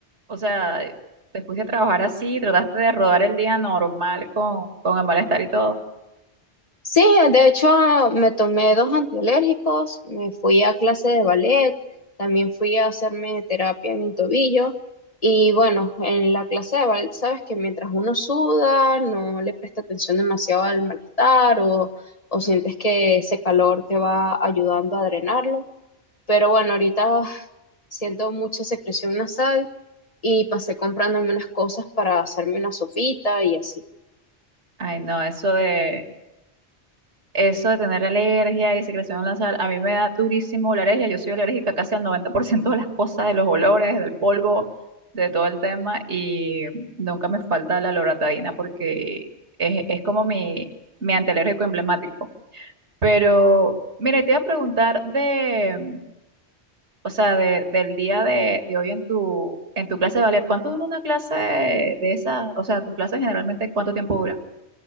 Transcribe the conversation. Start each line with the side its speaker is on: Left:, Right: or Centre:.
Right: o sea, te fuiste a trabajar así, trataste de rodar el día normal con, con el malestar y todo.
Left: Sí, de hecho me tomé dos antialérgicos, me fui a clase de ballet, también fui a hacerme terapia en el tobillo y bueno, en la clase de ballet sabes que mientras uno suda no le presta atención demasiado al malestar o, o sientes que ese calor te va ayudando a drenarlo, pero bueno, ahorita siento mucha secreción nasal y pasé comprándome unas cosas para hacerme una sopita y así.
Right: Ay, no, eso de, eso de tener alergia y secreción en la sal, a mí me da durísimo la alergia. Yo soy alérgica casi al 90% de las cosas, de los olores, del polvo, de todo el tema, y nunca me falta la loratadina porque es, es como mi, mi antialérgico emblemático. Pero, mira, y te iba a preguntar de. o sea, de- del día de, de hoy en tu, en tu clase de ballet, ¿cuánto dura una clase de esas? O sea, tus clases generalmente, ¿cuánto tiempo duran?